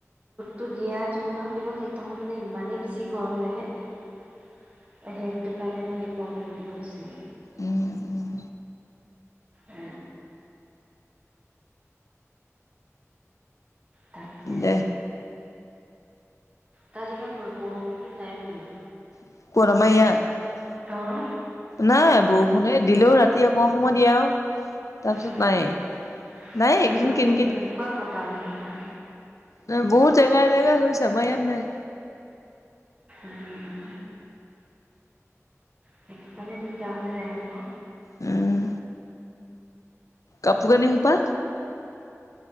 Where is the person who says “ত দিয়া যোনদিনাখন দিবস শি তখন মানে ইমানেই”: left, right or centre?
Right